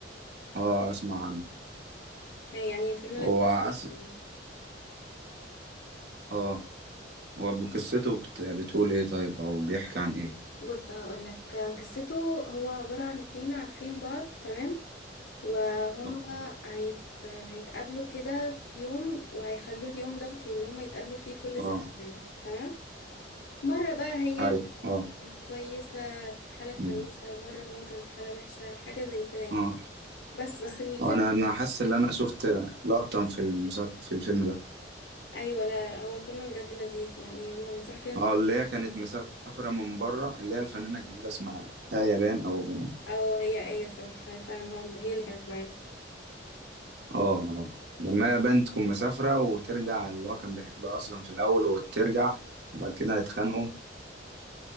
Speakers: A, on the right; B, on the left.
A: اه أسمع عنه
B: هي يعني فيلم لذيذ
A: هو
B: جداً.
A: أس...
B: يعني.
A: اه هو بقصته بت... بتقول ايه طيب أو بيحكي عن ايه؟
B: بص هقولك قصته هو عبارة عن اتنين عارفين بعض تمام وهم
A: اه
B: هيت... هيتقابلوا كده في يوم وهيخلوا اليوم دوت ان هم يتقابلوا فيه كل
A: آه،
B: سنة يعني تمام مرة بقى هي
A: أيوه اه
B: كانت كويسة في حالة كويسة
A: أمم.
B: ومرة هو كان في حالة وحشة حاجة زي كده يعني
A: اه
B: بس بس الفيلم
A: هو أنا أنا حاسس إن أنا شفت لقطة في المسل... في الفيلم ده
B: <laughs> ايوه لا لا هو فيلم بجد لذيذ يعني انا مصح كانت
A: اه اللي هي كانت مسافرة من بره اللي هي الفنانة الجديدة اسمها آية بان او
B: اه هي ايه سامح هي فعلا هو هي اللي كانت معايا
A: اه آه. لما آية بان تكون مسافرة وترجع اللي هو كان بيحبها اصلا في الاول وترجع وبعد كده هيتخانقوا